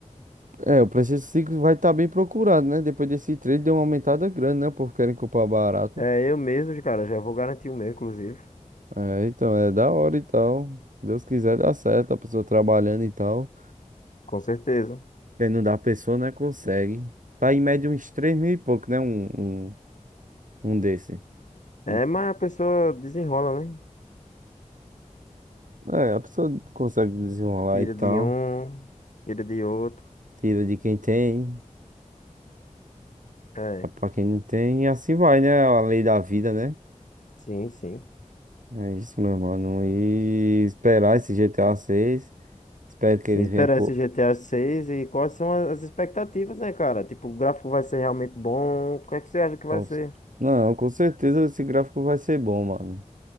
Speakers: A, on the right (about 75°); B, on the left (about 70°).
A: É, o PlayStation 5 vai estar bem procurado, né? Depois desse trade deu uma aumentada grande, né? O povo querem comprar barato.
B: É eu mesmo, cara, já vou garantir o meu, inclusive.
A: É, então, é da hora e tal. Deus quiser dá certo, a pessoa trabalhando e tal.
B: Com certeza.
A: Quem não dá, pessoa, né, consegue. Tá em média uns três mil e pouco, né, um, um, um desse.
B: É,
A: Um-
B: mas a pessoa desenrola, né?
A: É, a pessoa consegue desenrolar
B: Tira
A: e tal.
B: de um, tira de outro.
A: Tira de quem tem,
B: É,
A: dá pra quem não tem. E assim vai, né, a lei da vida, né?
B: sim, sim.
A: É isso, meu mano. E esperar esse G T GTA seis Espero
B: Sim,
A: que ele
B: esperar
A: venha com...
B: esse GTA seis e quais são as expectativas, né, cara? Tipo, o gráfico vai ser realmente bom? O que é que você acha que vai
A: com-
B: ser?
A: Não, com certeza esse gráfico vai ser bom, mano.